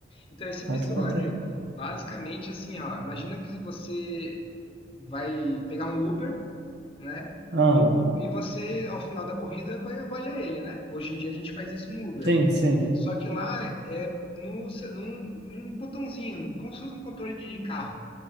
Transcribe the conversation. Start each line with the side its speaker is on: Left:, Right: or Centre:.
Left: Então, esse episódio,
Right: Pode contar.
Left: basicamente, assim, ó, imagina que você vai pegar um Uber, né?
Right: Ah,
Left: E, o- e você, ao final da corrida, vai avaliar ele, né? Hoje em dia a gente faz isso no Uber.
Right: sim, sim.
Left: Só que lá é no, seu- num, num botãozinho, como se fosse um controle de carro.